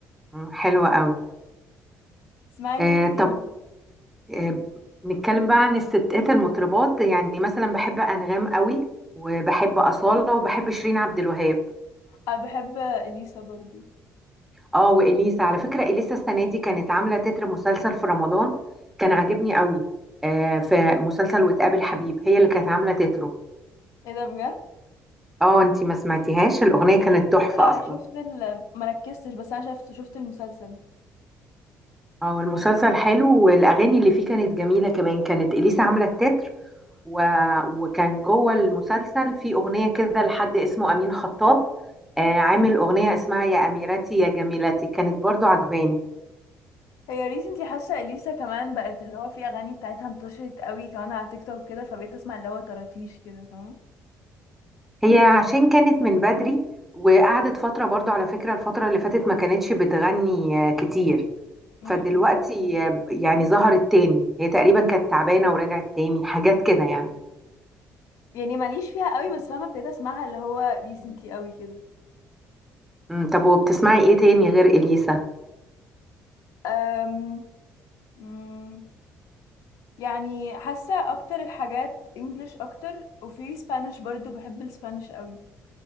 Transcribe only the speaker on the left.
اسمعي
مين تاني
انا بحب اليسا برضو
ايه ده بجد
اه
شفت ال... مركزتش بس انا شفت شفت المسلسل
هي ريسنتلي حاسه اليسا كمان بقت اللي هو في اغاني بتاعتها انتشرت قوي كمان على تيك توك كده فبقيت اسمع اللي هو طراطيش كده فاهم
امم
يعني ماليش فيها قوي بس فاهمه ابتديت اسمعها اللي هو ريسنتلي قوي كده
أم... أم، يعني حاسه اكتر الحاجات انجلش اكتر وفي سبانيش برضو بحب السبانيش قوي